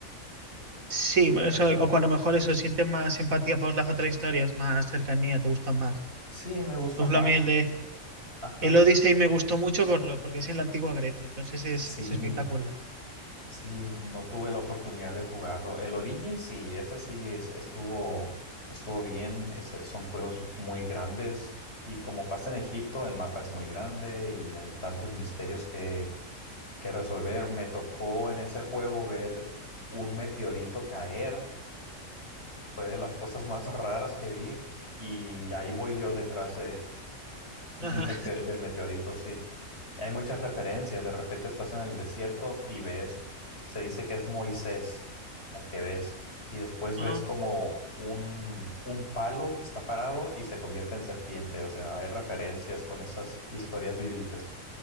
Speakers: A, on the right (about 80°); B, on the left (about 50°).
A: sí,
B: mm,
A: bueno,
B: pues
A: eso,
B: no
A: o
B: tanto.
A: con lo mejor eso, sientes más empatía por las otras historias, más cercanía, te gustan más.
B: Sí, me gustan
A: Por ejemplo,
B: más.
A: a mí el de
B: Ajá.
A: el Odyssey me gustó mucho por lo, porque es en la antigua Grecia, entonces es,
B: Sí.
A: es espectacular.
B: Sí, no tuve la oportunidad de jugarlo. El Origin sí, ese sí es, estuvo, estuvo bien. Ese- son juegos muy grandes y como pasa en Egipto, el mapa es muy grande y hay tantos misterios que, que resolver. Me tocó en ese juego ver un meteorito caer. Fue de las cosas más raras que vi y ahí voy yo detrás del
A: Ajá.
B: meteo- del meteorito, sí. Hay muchas referencias. De repente estás en el desierto y ves, se dice que es Moisés al que ves. Y después
A: Ah,
B: ves como un, un palo que está parado y se convierte en serpiente. O sea, hay referencias con estas historias bíblicas.